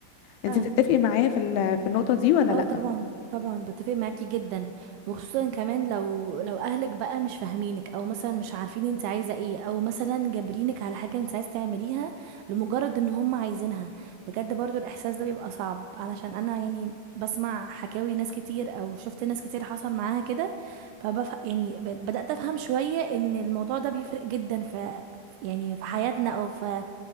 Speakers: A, on the right; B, on the left.
A: فعلا
B: انت بتتفقي معايا في ال- في النقطة دي ولا
A: اه
B: لا
A: طبعا طبعا بتفق معاكي جدا وخصوصا كمان لو لو اهلك بقى مش فاهمينك او مثلا مش عارفين انت عايزه ايه او مثلا جابرينك على حاجه انت عايز تعمليها لمجرد ان هم عايزينها بجد برضو الاحساس ده بيبقى صعب علشان انا يعني بسمع حكاوي ناس كتير او شفت ناس كتير حصل معاها كده فبف يعني ب- بدأت افهم شويه ان الموضوع ده بيفرق جدا في يعني في حياتنا او في